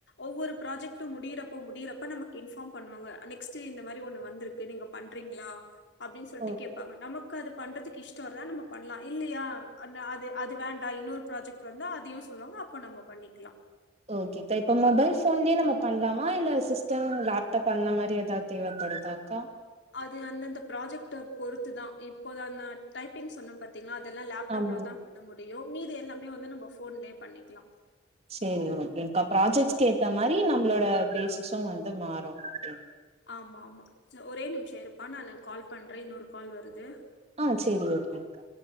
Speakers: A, on the left (about 70°); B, on the right (about 30°).
A: ஒவ்வொரு ப்ராஜெக்ட் முடியிறப்ப முடியறப்ப நமக்கு இன்ஃபார்ம் பண்ணுவாங்க நெக்ஸ்ட்டு இந்த மாரி ஒண்ணு வந்திருக்கு நீங்க பண்றீங்களா அப்டின்னு சொல்ட்டு
B: ம்
A: கேப்பாங்க நமக்கு அது பண்றதுக்கு இஷ்ட இருந்தா நம்ம பண்ணலா இல்லையா அந்த அது அது வேண்டா இன்னொரு ப்ராஜெக்ட் வந்தா அத யூஸ் சொல்லுவாங்க அப்ப நம்ம பண்ணிக்கலா
B: ஓகேக்கா இப்ப மொபைல் போன்லயே நம்ம பண்ணலாமா இல்ல சிஸ்டம் லேப்டாப் அந்த மாரி ஏதாவது தேவைப்படுதாக்கா
A: அது அந்தந்த ப்ராஜெக்ட்ட பொறுத்து தா இப்போ அந்த டைப்பிங் சொன்ன பாத்தீங்களா எல்லா லேப்டாப்லதா
B: ஆமா
A: பண்ண முடியு அய்யோ மீது எல்லாமே வந்து நம்ம போன்லயே பண்ணிக்கலா
B: சரி ஓகேகா ப்ராஜெக்ட்ஸ் ஏத்த மாதரி நம்மளோட பேசிஸும் வந்து மாறு அப்டி
A: ஆமா ஆமா ஒரே நிமிஷ இருப்பா நா கால் பண்றே இன்னொரு கால் வருது
B: ஆஹ் சரி ஓகேக்கா
A: ஆ